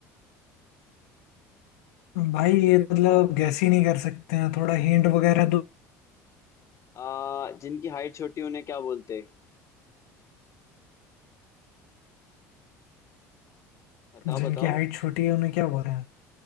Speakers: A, on the left; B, on the left.
A: भाई ये मतलब गैस ही नहीं कर सकते हैं थोड़ा हिंट वगैरह दो
B: अ, जिनकी हाइट छोटी उन्हें क्या बोलते हैं? बताओ
A: जिनकी
B: बताओ
A: हाइट छोटी है उन्हें क्या बोलते हैं